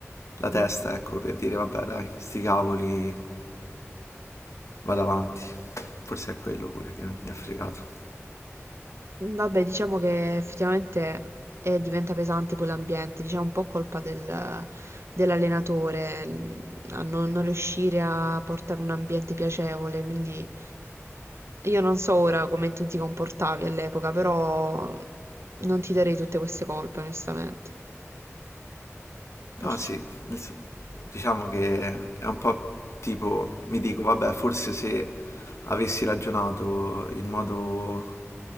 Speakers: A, on the left; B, on the right.
A: la testa,
B: Mm.
A: ecco, per dire vabbè dai, sti cavoli, vado avanti. Forse è quello pure che mi ha fregato.
B: Vabbè, diciamo che effettivamente eh, diventa pesante poi l'ambiente, diciamo un po' colpa del- dell'allenatore l- a non, non riuscire a portare un ambiente piacevole, quindi io non so ora come tu ti comportavi all'epoca, però non ti darei tutte queste colpe, onestamente. Perciò,
A: No, sì, nel s- diciamo che è un po' tipo, mi dico vabbè, forse se avessi ragionato in modo